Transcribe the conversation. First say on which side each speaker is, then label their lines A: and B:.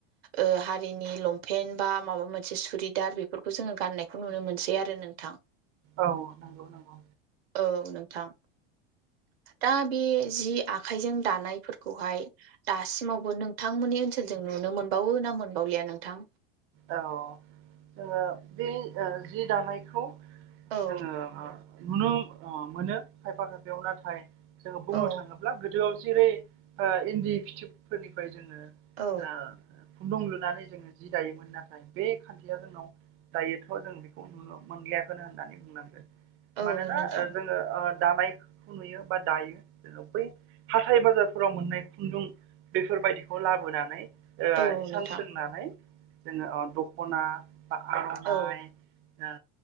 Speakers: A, on the right; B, on the right.
A: ओ हारिनि लंपेन्ट बा माबा मोनसे सुट दा बेफोरखौ जोङो गान्नायखौ नुनो मोनसै आरो नोंथां
B: औ नंगौ नंगौ
A: औ नोंथां दा बे जि आखाइजों दानायफोरखौहाय दासिमावबो नोंथांमोननि ओनसोलजोंनो नो मोनबावो ना मोनबावलिया नोंथां
B: औ ओ बे ओ जि दानायखौ
A: औ
B: जोङो नुनो मोनो खायफा खायफायाव नाथाय जोङो बुंनो
A: औ
B: थाङोब्ला गोदोआव जेरै इन्दि फिथिबफोरनिफ्राय जों ओ
A: औ
B: खुन्दुं लुनानै जोङो जि दायोमोन नाथाय बे खान्थिया जोंनाव दायोथ जों बेखौ नुनो मोनलयाखैनो होननानै बुंनांगोन
A: औ
B: मानोना
A: नोंथां
B: ओ जोङो ओ दानायखौ नुयो बा दायो बै हाथाय बाजारफोराव मोननाय खुन्दुं बेफोरबायदिखौ लाबोनानै ओ
A: औ
B: सानसोंनानै
A: नोंथां
B: जोङो दखना बा आरनाइ
A: औ
B: ओ